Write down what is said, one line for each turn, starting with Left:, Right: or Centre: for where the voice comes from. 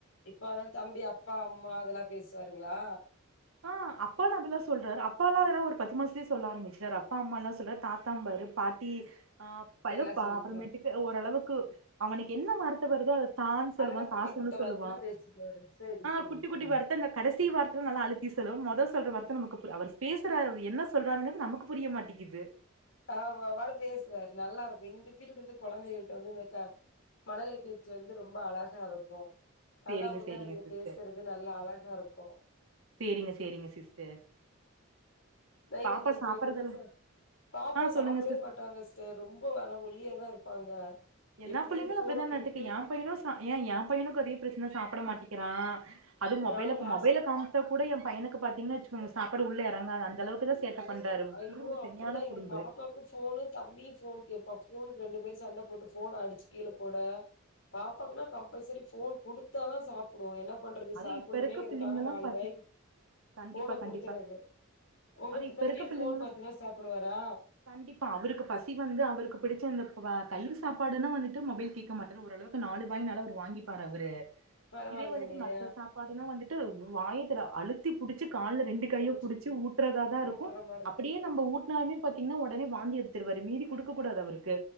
Left: இப்ப அதா தம்பி அப்பா அம்மா அதெல்லாம் பேசுவாருங்களா
Right: ஆ அப்பான் அதெல்லாம் சொல்றாரு அப்பால்லா அதெல்லா ஒரு பத்து மாசத்துலயே சொல்ல ஆரம்பிச்சிட்டாரு அப்பா அம்மால்லா சொல்றாரு தாத்தாம்பாரு பாட்டி ஆ
Left: எல்லா
Right: எதோ
Left: சொல்லிக்குவா
Right: அப்புறமேட்டுக்கு ஓரளவுக்கு அவனுக்கு என்ன வார்த்த வருதோ அத தான் சொல்லுவான்
Left: அதெல்லா குட்டி
Right: காசுன்னு
Left: குட்ட
Right: சொல்லுவான்
Left: வார்த்தையில பேசிக்குவாரு சேரி
Right: ஆ
Left: சேரி
Right: குட்டி
Left: சேரி
Right: குட்டி வார்த்த அந்த கடைசி வார்த்தெல்லா நல்லா அழுத் தி சொல்லுவா மொத சொல்ற வார்த்த நமக்கு புரி அவர் பேசுறாரு அவர் என்ன சொல்றாருங்குறது நமக்கு புரிய மாட்டிக்குது
Left: ஆ அவப்பாட்டுக்கு பேசுவாரு நல்லா இருக்கும் இந்த பீரியடு வந்து கொழந்தைகள்ட்ட வந்து இந்த மழலை பேச்சு வந்து ரொம்ப அழகா இருக்கும் கதா
Right: சேரிங்க
Left: புதான்
Right: சேரிங்க
Left: அதுக
Right: சிஸ்டர்
Left: பேசுறது நல்லா அழகா இருக்கும்
Right: சேரிங்க சேரிங்க சிஸ்டர்
Left: நைட்டுக்கு
Right: பாப்பா
Left: இனி
Right: சாப்பறதுல
Left: போய்ட்டு வந்து ச பாப் பாப்பா
Right: ஆ
Left: சாப்டவே
Right: சொல்லுங்க சிஸ்
Left: மாட்டாங்க சிஸ்டர் ரொம்ப வர ஒல்லியா தான் இருப்பாங்க
Right: எல்லா
Left: எப்டி
Right: புள்ளைங்களும்
Left: இந்த ஃபோன
Right: அப்டித்தான்
Left: குடுத்து
Right: நட்டுக்கு என் பையனும் ஏன் என் பையனுக்கு அதே பிரச்சனை சாப்புட மாட்டிக்கிறான் அது மொபைல
Left: நாங்களு ஹாஸ்பி
Right: மொபைல காம் காமிச்சா கூட என் பையனுக்கு பாத்தீங்கனா வச்சுக்கோங்க சாப் சாப்பாடு உள்ள எறங்காது அந்த அளவுக்கு தான் சேட்ட பண்றாரு
Left: ஐயோ
Right: குறும்பு சரியான
Left: அப்டிதா
Right: குறும்பு
Left: இந்த பாப்பாக்கு ஃபோனு தம்பியு ஃபோன் கேப்பா ஃபோனுக்கு ரெண்டு பேரும் சண்ட போட்டு ஃபோன அடிச்சி கீழ போட பாப்பாக்குனா கம்பல்சரி ஃபோன் குடுத்தாதான் சாப் ப்புடு என்ன பண்றது
Right: அது
Left: சாப்புணுமே
Right: இப்ப இருக்க
Left: இதுக்காக
Right: பிள்ளைங்கல்லா
Left: நாலு
Right: பாத்தி
Left: வாய்
Right: கண்டிப்பா
Left: ஃபோன
Right: கண்டிப்பா
Left: ட்றாத உங்க
Right: அது இப்ப
Left: தம்பி
Right: இருக்க
Left: ஃபோன்
Right: பிள்ளைங்களா
Left: பாத்துதா சாப்புடுவாரா
Right: கண்டிப்பா அவருக்கு பசி வந்து அவருக்கு பிடிச்ச இந்த தயிர் சாப்பாடுன்னா வந்துட்டு மொபைல் கேக்க மாட்டாரு ஓரளவுக்கு நாலு வாய்னாலு அவர் வாங்கிப்பார் அவரு
Left: பரவாயில்லையே
Right: இதே வந்துட்டு மத் சாப்பாடுனா வந்துட்டு வாய திற அழுத்தி புடிச்சு கால்ல ரெண்டு கைய
Left: முடிச்சு
Right: புடிச்சு ஊட்டுறதா தான் இருக்கும்
Left: ஊட்டுற மாரி
Right: அப்படியே நம்ம ஊட்னாலுமே பாத்தீங்கன்னா உடனே வாந்தி எடுத்துடுவாரா மீறி குடுக்க கூடாது அவருக்கு